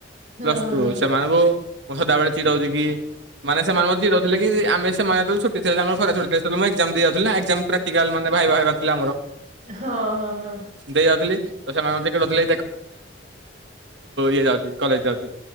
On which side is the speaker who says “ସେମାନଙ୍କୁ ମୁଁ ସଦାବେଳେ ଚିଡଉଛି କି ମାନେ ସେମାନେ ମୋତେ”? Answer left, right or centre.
Right